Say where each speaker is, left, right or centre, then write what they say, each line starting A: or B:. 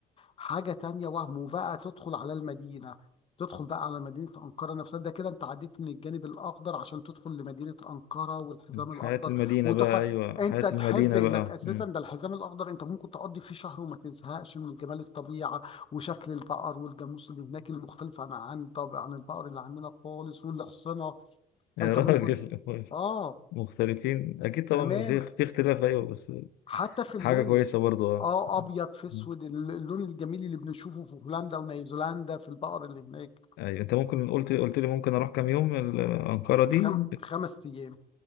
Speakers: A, on the left; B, on the left.
A: وحاجة تانية وهم وبقى تدخل على المدينة تدخل بقى على مدينة أنقرة نفسها ده كده أنت عديت من الجانب الأخضر عشان تدخل لمدينة أنقرة والحزام
B: حياة
A: الأخضر
B: المدينة
A: وتحفة
B: بقى أيوة
A: أنت
B: حياة
A: تحب
B: المدينة
A: إنك
B: بقى
A: أساسا
B: مم.
A: ده الحزام الأخضر أنت ممكن تقضي فيه شهر وما تزهقش من جمال الطبيعة وشكل البقر والجاموس اللي هناك المختلف عن عن طبعا عن البقر اللي عندنا خالص والحصنة
B: يا
A: انت
B: راجل
A: ممكن
B: <laughs>
A: اه
B: مختلفين أكيد طبعا
A: تمام
B: بيبقى في في اختلاف أيوة بس
A: حتى في
B: حاجة
A: اللون
B: كويسة برضو أه
A: اه ابيض في اسود
B: مم.
A: الل- اللون الجميل اللي بنشوفه في هولندا ونيوزيلندا في البقر اللي هناك
B: أيوة أنت ممكن قلت قلت لي ممكن أروح كام يوم ال- أنقرة دي
A: خم... خمس ايام